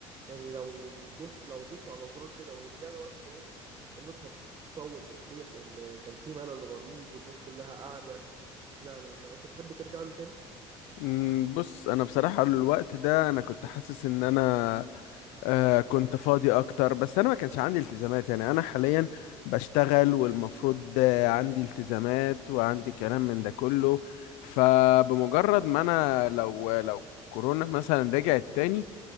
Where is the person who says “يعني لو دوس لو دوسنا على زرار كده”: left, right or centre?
Right